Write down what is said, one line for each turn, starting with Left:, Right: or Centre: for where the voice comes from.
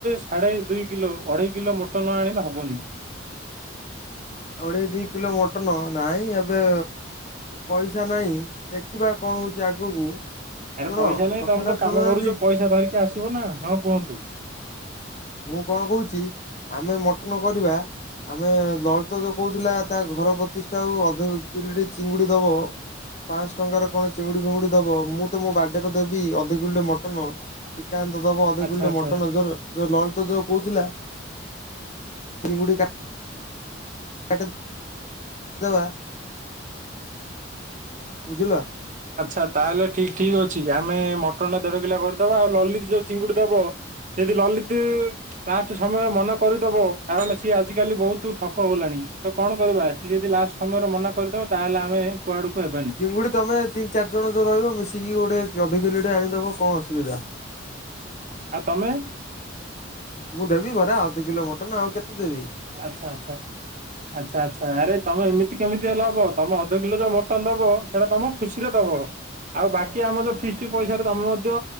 Right: ସାଢ଼େ ଦୁଇ କିଲୋ ଅଢ଼େଇ କିଲୋ ମଟନ ଆଣିଲେ ହବନି।
Left: ଅଢ଼େଇ ଦି କିଲୋ ମଟନ ନାଇଁ ଏବେ ପଇସା ନାହିଁ ଦେଖିବା କଣ ହଉଛି ଆଗକୁ।
Right: ଆରେ
Left: ଶୁଣ
Right: ପଇସା ନାଇଁ
Left: କଥାଟା
Right: ତମେ ତ କାମ
Left: ଶୁଣୁନାହାନ୍ତି।
Right: କରୁଛ ପଇସା ଧରିକି ଆସିବ ନା ହଁ କୁହନ୍ତୁ।
Left: ମୁଁ କଣ କହୁଛି ଆମେ ମଟନ କରିବା ଆମେ ଲଳିତ ଯୋଉ କହୁଥିଲା ତା ଘର ପ୍ରତିଷ୍ଠା ଆଉ ଅଧ କିଲେ ଚିଙ୍ଗୁଡ଼ି ଦବ ପାଆଁଶଟଙ୍କାରେ କଣ ଚିଙ୍ଗୁଡ଼ି ଫିଙ୍ଗୁଡ଼ି ଦବ ମୁଁ ତ ମୋ ବାଡେରେ ଦେବି ଅଧକିଲୋଟେ ମଟନ। ଶିକାନ୍ତ ଦବ ଅଧକିଲୋଟେ
Right: ଆଚ୍ଛା ଆଚ୍ଛା।
Left: ମଟନ ଧର ଯୋଉ ଲଳିତ ଯୋଉ କହୁଥିଲା। ଚିଙ୍ଗୁଡି କା <inaudible> ଦବା। ବୁଝିଲ?
Right: ଆଚ୍ଛା ତାହେଲେ ଠିକ ଠିକ ଅଛି। ଆମେ ମଟନଟା ଦେଢକିଲୋ କରିଦବା। ଆଉ ଲଲିତ ଯୋଉ ଚିଙ୍ଗୁଡ଼ି ଦବ। କିନ୍ତୁ ଲଲିତି ଲାଷ୍ଟ ସମୟ ମନେ କରିଦବ। କାରଣ ସିଏ ଆଜିକାଲି ବହୁତ ଠକ ଗଲାଣି ତ କଣ କରିବା ସିଏ ଯଦି ଲାଷ୍ଟ ସମୟରେ ମନା କରିଦବ ତାହେଲେ ଆମେ କୁଆଡ଼କୁ ହେବାନି।
Left: ଚୁଙ୍ଗୁଡ଼ି ତମେ ତିନି ଚାରିଜଣ ଯୋଉ ରହିବ ମିଶିକି ଗୋଟେ ଅଧକିଲୋଟେ ଆଣିଦବ କଣ ଅସୁବିଧା।
Right: ଆଉ ତମେ?
Left: ମୁଁ ଦେବି ପରା ଅଧେକିଲୋ ମଟନ ଆଉ କେତେ ଦେବି?
Right: ଆଚ୍ଛା ଆଚ୍ଛା। ଆଚ୍ଛା ଆଚ୍ଛା ଆରେ ତମେ ଏମିତି କେମିତି ହେଲେ ହବ। ତମେ ଅଧକିଲୋ ଯୋଉ ମଟନ ଦବ। ସେଇଟା ତମ ଖୁସିରେ ଦବ। ଆଉ ବାକି ଆମ ଯୋଉ ଫିଷ୍ଟ ପଇସାଟା ତମେ ମଧ୍ୟ